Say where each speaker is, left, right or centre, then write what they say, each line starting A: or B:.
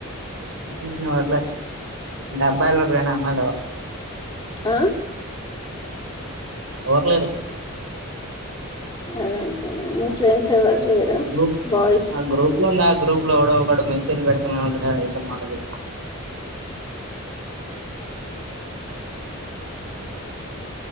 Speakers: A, on the right; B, on the left.
A: ఇన్ ఔర్ క్లాస్ అబ్బాయిలు ఉంటారు కానీ అమ్మాయిలు
B: ఆ
A: ఎవరు లేరు
B: మనం తినం ఫ్రెండ్స్ ఎవరు లేరా
A: ఆ గ్రూప్
B: బాయ్స్
A: ఆ గ్రూప్ లో ఉంది ఆ గ్రూప్ లో ఎవడో వాడు మెన్షన్ పెడితేనే అయిత ఉ